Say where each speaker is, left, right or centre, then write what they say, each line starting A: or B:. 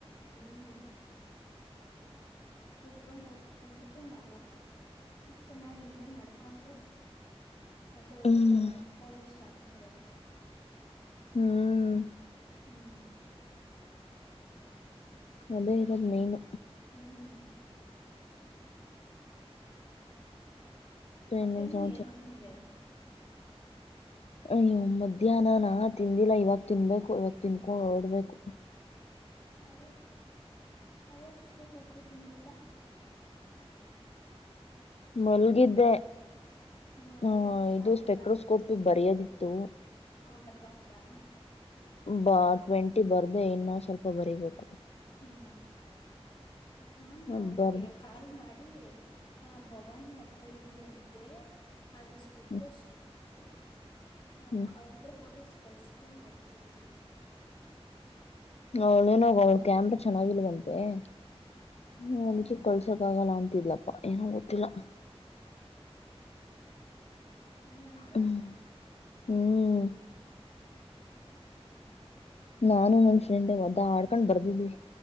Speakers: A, on the left; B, on the left.
A: ಹ್ಞೂ ಟ್ರಿಪ್ಗೊಂದ್ ಹೋಗ್ಬಿಟ್ಟು ಬಂದುಬಿಟ್ರೆ ನಾವು ಚೆನ್ನಾಗಿ ಎಂಜಾಯ್ ಮಾಡ್ಕೊಂಡು ಮತ್ತೆ ಓದ್ಕೊಳ್ಳೋಣ
B: ಹ್ಮ್
A: ಓದಕ್ಕೆ ಸ್ಟಾರ್ಟ್ ಮಾಡೋಣ
B: ಹ್ಮ್
A: ಹ್ಮ್
B: ಅದೇ ಇರೋದ್ ಮೇನ್
A: ಹ್ಮ್ ಹ್ಮ್ ಮಧ್ಯಾಹ್ನ
B: ಇನ್ನೇನ್ ಸಮಾಚಾರ
A: ಏನ್ ತಿಂದೆ
B: ಅ ಮಧ್ಯಾಹ್ನ ನಾ ತಿಂದಿಲ್ಲ ಇವಾಗ ತಿನ್ಬೇಕು ಇವಾಗ ತಿನ್ಕೊಂಡ ಹೊರಡಬೇಕು
A: ಅದ ಅದಕ್ಕೆ ಇಷ್ಟೊತ್ತಾದ್ರೂ ತಿಂದಿಲ್ಲ
B: ಮಲ್ಗಿದ್ದೆ
A: ವೋ ಹೌದ
B: ಆ
A: ಹುಷಾರಿಲ್ಲ
B: ಇದು ಸ್ಪೆಕ್ಟ್ರೋಸ್ಕೋಪಿಗೆ
A: ಅಂತ ಹೇಳ್ದಲ್ವ
B: ಬರೆಯೋದಿತ್ತು
A: ಹಾ ಬರ್ದಾಗ್ತಾ
B: ಬಾ ಟ್ವೆಂಟಿ ಬರ್ದೆ ಇನ್ನೂ ಸ್ವಲ್ಪ ಬರಿಬೇಕು
A: ಹ್ಮ್ ನಾನು
B: ಅದ್
A: ಅವಳಿಗೆ
B: ಬರ್ದೆ
A: ಕಾಲ್ ಮಾಡಿ ಹ ಭವಾನಿ ಹತ್ರ ಇದೆಯಂತೆ ಅದು ಸ್ಪೆಕ್ಟ್ರೋಸ್ಕೋಪ್
B: ಹ್ಮ್
A: ಇತ್ತು ಹ
B: ಹ್ಮ್
A: ಅವಳ ಹತ್ರ ಫೋಟೋಸ್ ಕಳ್ಸ್ಕೊಂಡು ಬರ್ದ ಬಿಿಡ್ತೀನಿ
B: ಅವಳೇನೋಗ ಅವ್ಳ ಕ್ಯಾಮ್ರ ಚೆನ್ನಾಗಿಲ್ವಂತೆ ಹ್ಮ
A: ಭವಾನಿದಾ
B: ಅದಕೆ ಕಳ್ಸೋಕ್ ಆಗಲ್ಲ ಅಂತಿದ್ಲಪ್ಪ ಏನೋ ಗೊತ್ತಿಲ್ಲ
A: ಹಂಗಂದ್ರ
B: ಹ್ಮ್ ಹ್ಮ್ ನಾನು ನನ್ ಫ್ರೆಂಡ್ ಓದ್ದಾಡ್ಕೊಂಡ್ ಬರ್ದಿದಿವಿ